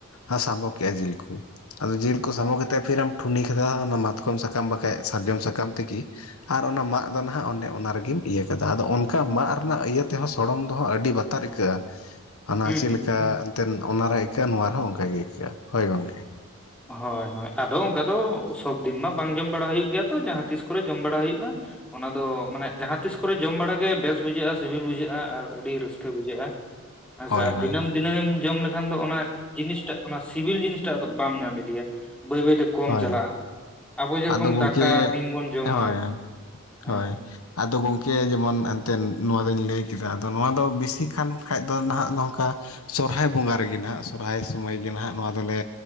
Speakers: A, on the left; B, in the centre.
A: ᱟ ᱥᱟᱵᱚ ᱠᱮᱜ-ᱟ ᱡᱤᱞ ᱠᱩ᱾ ᱟᱫᱚ ᱡᱤᱞ ᱠᱚ ᱥᱟᱵᱢᱚ ᱠᱟᱛᱮᱫ ᱯᱷᱤᱨᱮᱢ ᱴᱷᱩᱱᱤ ᱠᱟᱫᱟ ᱚᱱᱟ ᱢᱟᱛᱠᱚᱢ ᱥᱟᱠᱟᱢ ᱵᱟᱠᱷᱟᱡ ᱥᱟᱨᱡᱚᱢ ᱥᱟᱠᱟᱢ ᱛᱮᱜᱮ᱾ ᱟᱨ ᱚᱱᱟ ᱢᱟᱜ ᱫᱚ ᱱᱟᱦᱟᱜ ᱚᱱᱮ ᱚᱱᱟ ᱨᱮᱜᱮᱢ ᱤᱭᱟᱹ ᱠᱟᱫᱟ ᱟᱫᱚ ᱚᱱᱠᱟ ᱢᱟᱜ ᱨᱮᱱᱟᱜ ᱤᱭᱟᱹ ᱛᱮᱦᱚᱸ ᱥᱚᱲᱚᱢ ᱫᱚᱦᱚᱸ ᱟᱹᱰᱤ ᱵᱟᱛᱟᱨ ᱟᱹᱭᱤᱠᱟᱹᱜᱼᱟ᱾ ᱟᱨ ᱚᱱᱟ
B: ᱦᱩᱸ
A: ᱪᱮᱫᱞᱮᱠᱟ
B: ᱦᱩᱸ
A: ᱮᱱᱛᱮᱢ ᱚᱱᱟᱨᱮ ᱟᱹᱭᱠᱟᱹᱜᱼᱟ, ᱱᱚᱣᱟ ᱨᱮᱦᱚᱸ ᱚᱱᱠᱟ ᱜᱮ ᱟᱹᱭᱠᱟᱹᱜᱼᱟ ᱦᱳᱭ ᱜᱚᱝᱠᱮ᱾
B: ᱦᱳᱭ ᱦᱳᱭ ᱟᱫᱚ ᱚᱝᱠᱟ ᱫᱚ ᱥᱳᱵᱫᱤᱱ ᱢᱟ ᱵᱟᱝ ᱡᱚᱢ ᱵᱟᱲᱟ ᱦᱩᱭᱩᱜ ᱜᱮᱭᱟ ᱛᱚ᱾ ᱡᱟᱦᱟᱸ ᱛᱤᱥ ᱠᱚᱨᱮ ᱡᱚᱢ ᱵᱟᱲᱟ ᱦᱩᱭᱩᱜᱼᱟ᱾ ᱚᱱᱟ ᱫᱚ ᱢᱟᱱᱮ ᱡᱟᱦᱟᱸ ᱛᱤᱥ ᱠᱚᱨᱮ ᱡᱚᱢ ᱵᱟᱲᱟ ᱜᱮ ᱵᱮᱥ ᱵᱩᱡᱷᱟᱹᱜᱼᱟ, ᱥᱤᱵᱤᱞ ᱵᱩᱡᱷᱟᱹᱜᱼᱟ ᱟᱨ ᱟᱹᱰᱤ ᱨᱟᱹᱥᱠᱟᱹ ᱵᱩᱡᱷᱟᱹᱜᱼᱟ ᱦᱮᱸᱥᱮ
A: ᱦᱳᱭ
B: ᱟᱨ
A: ᱦᱳᱭ
B: ᱫᱤᱱᱟᱹᱢ ᱫᱤᱱᱟᱹᱢᱮᱢ ᱡᱚᱢ ᱞᱮᱠᱷᱟᱱ ᱫᱚ ᱚᱱᱟ ᱡᱤᱱᱤᱥᱴᱟᱜ ᱚᱱᱟ ᱥᱤᱵᱤᱞ ᱡᱤᱱᱤᱥᱴᱟᱜ ᱟᱫᱚ ᱵᱟᱢ ᱧᱟᱢ ᱤᱫᱤᱭᱟ ᱵᱟᱹᱭ ᱵᱟᱹᱭ ᱛᱮ ᱠᱚᱢ
A: ᱦᱳᱭ
B: ᱪᱟᱞᱟᱜᱼᱟ᱾ ᱟᱵᱚ ᱡᱮᱨᱚᱠᱚᱢ
A: ᱟᱫᱚ ᱜᱚᱢᱠᱮ
B: ᱫᱟᱠᱟ ᱫᱤᱱ ᱵᱚᱱ ᱡᱚᱢᱟ
A: ᱦᱳᱭ
B: ᱦᱮᱸ᱾
A: ᱦᱳᱭ ᱟᱫᱚ ᱜᱚᱢᱠᱮ ᱡᱮᱢᱚᱱ ᱮᱱᱛᱮᱱ ᱱᱚᱣᱟ ᱫᱚᱧ ᱞᱟᱹᱭ ᱠᱮᱫᱟ ᱟᱫᱚ ᱱᱚᱣᱟ ᱫᱚ ᱵᱮᱥᱤ ᱠᱟᱱ ᱠᱷᱟᱡ ᱫᱚ ᱱᱟᱦᱟᱜ ᱱᱚᱝᱠᱟ ᱥᱚᱨᱦᱟᱭ ᱵᱚᱸᱜᱟ ᱨᱮᱜᱮ ᱱᱟᱦᱟᱸᱜ ᱥᱚᱨᱦᱟᱭ ᱥᱚᱢᱚᱭ ᱜᱮ ᱱᱟᱦᱟᱜ ᱱᱚᱣᱟ ᱫᱚᱞᱮ